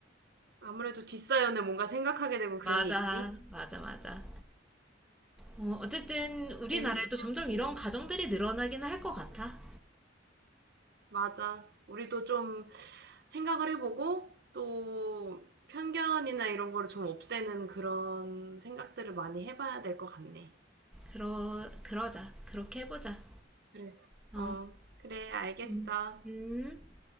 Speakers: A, on the right; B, in the centre.
A: 아무래도 뒷사연을 뭔가 생각하게 되고 그런
B: 맞아,
A: 게 있지.
B: 맞아, 맞아. 어, 어쨌든 우리나라에도
A: 네.
B: 점점
A: 음.
B: 이런 가정들이 늘어나긴 할 것 같아.
A: 맞아. 우리도 좀 생각을 해보고 또 편견이나 이런 거를 좀 없애는 그런 생각들을 많이 해봐야 될 것 같네.
B: 그러, 그러자. 그렇게 해보자.
A: 그래.
B: 어.
A: 어, 그래, 알겠어.
B: 음. 음.